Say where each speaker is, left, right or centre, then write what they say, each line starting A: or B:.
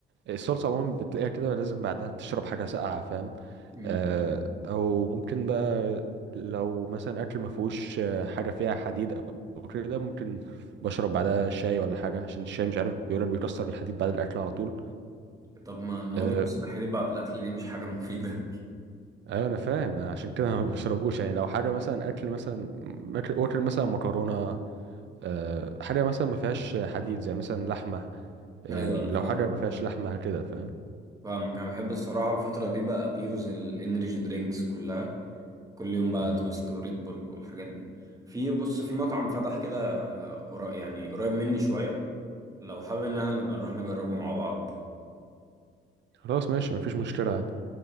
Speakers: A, on the right (about 65°); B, on the right (about 15°).
A: الصلصة عموما بتلاقيها كده لازم بعدها تشرب حاجة ساقعة فاهم
B: مم.
A: آه، او ممكن بقى لو مثلا اكل ما فيهوش آه، حاجه فيها حديد او كده ممكن بشرب بعدها شاي ولا حاجه عشان الشاي مش عارف بيقولك بيكسر الحديد بعد الاكل على طول
B: طب ما إن هو
A: أه
B: بيكسر الحليب بعد الأكل دي مش حاجة مفيدة
A: أيوة انا فاهم آه، عشان كده <laughs> ما بشربوش يعني لو حاجه مثلا اكل مثلا اكل أكل مثلا مكرونه أه حاجه مثلا ما فيهاش حديد زي مثلا لحمه
B: <laughs>
A: يعني
B: أيوه أنا
A: لو
B: فاهمك
A: حاجه ما فيهاش لحمه كده فاهم
B: فاهمك أنا بحب الصراحة الفترة دي بقى أبيوز الإنرجي درينكس كلها كل يوم بقى
A: مم.
B: تويست وريد بول والحاجات دي في بص في مطعم فتح كده قرا- يعني قريب مني شوية لو حابب إن احنا نبقى نروح نجربه مع بعض
A: خلاص ماشي مفيش مشكله عادي